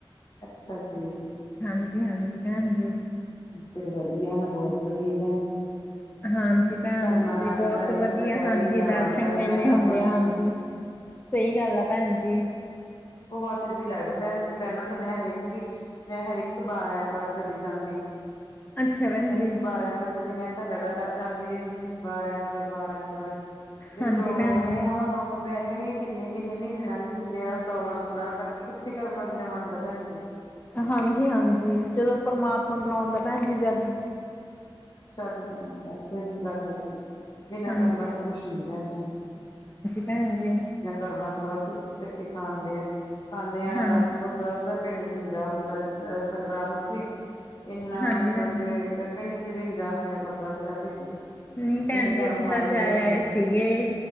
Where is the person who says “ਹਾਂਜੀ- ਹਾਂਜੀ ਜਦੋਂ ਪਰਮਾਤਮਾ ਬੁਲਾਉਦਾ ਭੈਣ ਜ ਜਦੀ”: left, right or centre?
Left